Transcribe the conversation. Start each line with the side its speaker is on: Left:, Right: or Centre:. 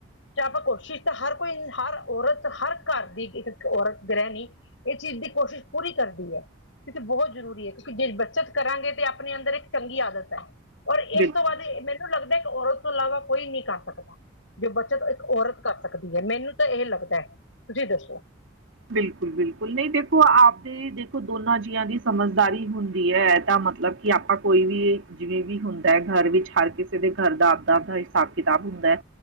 Left: ਚ ਆਪਾਂ ਕੁਛ। ਸਿੱਟਾ ਹਰ ਕੋਈ ਹਰ ਔਰਤ ਹਰ ਘਰ ਦੀ ਈ। ਔਰਤ ਗ੍ਰਹਿਣੀ ਇਸ ਚੀਜ਼ ਦੀ ਕੋਸ਼ਿਸ਼ ਪੂਰੀ ਕਰਦੀ ਐ। ਕਿਉਂਕਿ ਬਹੁਤ ਜ਼ਰੂਰੀ ਐ ਕਿਉਂਕਿ ਜੇ ਬੱਚਤ ਕਰਾਂਗੇ ਤੇ ਆਪਾਂ। ਆਪਣੇ ਅੰਦਰ ਇੱਕ ਚੰਗੀ ਆਦਤ ਐ। ਔਰ ਇਸ
Right: ਬਿਲਕੁਲ।
Left: ਤੋਂ ਬਾਅਦ ਮੈਨੂੰ ਲੱਗਦਾ ਇੱਕ ਔਰਤ ਤੋਂ ਇਲਾਵਾ ਕੋਈ ਨਹੀਂ ਕਰ ਸਕਦਾ ਜੋ ਬੱਚਤ ਇੱਕ ਔਰਤ। ਕਰ ਸਕਦੀ ਐ। ਮੈਨੂੰ ਤਾਂ ਇਹ ਲੱਗਦਾ ਐ। ਤੁਸੀਂ ਦੱਸੋ।
Right: ਬਿਲਕੁਲ-ਬਿਲਕੁਲ ਨਹੀਂ ਦੇਖੋ ਆਪਦੇ ਦੇਖੋ ਦੋਨਾਂ ਜੀਆਂ ਦੀ ਸਮਝਦਾਰੀ ਹੁੰਦੀ ਐ। ਤਾਂ ਮਤਲਬ ਕਿ ਆਪਾਂ ਕੋਈ ਵੀ ਜਿਵੇਂ ਵੀ ਹੁੰਦਾ ਐ ਘਰ ਵਿੱਚ ਹਰ ਕਿਸੇ ਦੇ ਘਰ ਦਾ ਆਪਦਾ-ਆਪਦਾ ਹਿਸਾਬ ਕਿਤਾਬ ਹੁੰਦਾ ਐ।